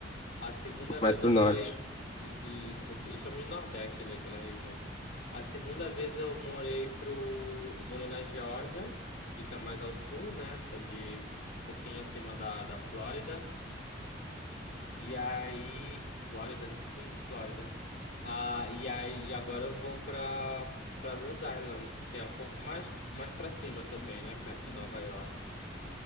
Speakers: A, on the left; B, on the left.
A: A segunda vez
B: Mais pro
A: eu
B: norte.
A: morei. hum, Isso, que eles chamam de Nordeste ali, aquela região. A segunda vez eu morei pro. Morei na Geórgia, fica mais ao sul, né? Ali, um pouquinho acima da, da Flórida. E aí. Flórida? Isso, Flórida. Ah, e aí, e agora eu vou pra, pra Rhode Island, que é um pouco mais, mais pra cima também, né? Perto de Nova York.